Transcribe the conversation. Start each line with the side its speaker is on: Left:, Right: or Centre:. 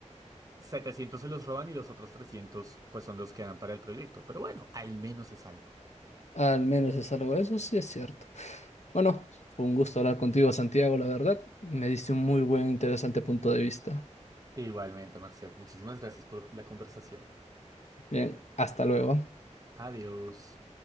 Right: 700 se los roban y los otros 300 pues son los que dan para el proyecto. Pero bueno, al menos es algo.
Left: Al menos es algo, eso sí es cierto. Bueno, fue un gusto hablar contigo, Santiago, la verdad. Me diste un muy buen, interesante punto de vista.
Right: Igualmente, Marcial, muchísimas gracias por la conversación.
Left: Bien, hasta luego.
Right: Adiós.